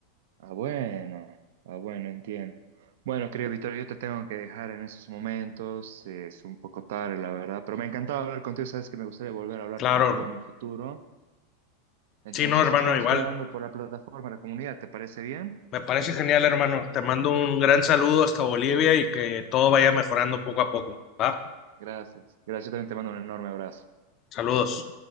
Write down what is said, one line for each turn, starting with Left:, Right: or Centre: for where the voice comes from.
Right: Ah, bueno. Ah, bueno, entiendo. Bueno, querido Víctor, yo te tengo que dejar en esos momentos. eh, Es un poco tarde, la verdad, pero me encantaba hablar contigo. Sabes que me gustaría volver a hablar
Left: Claro,
Right: contigo en un futuro. Entonces,
Left: sí, no, hermano,
Right: estamos
Left: igual
Right: quedando por la plataforma, la comunidad. ¿Te parece bien?
Left: Me parece genial, hermano. Te mando un gran saludo hasta Bolivia y que todo vaya mejorando poco a poco, ¿va?
Right: Gracias. Gracias. Yo también te mando un enorme abrazo.
Left: Saludos.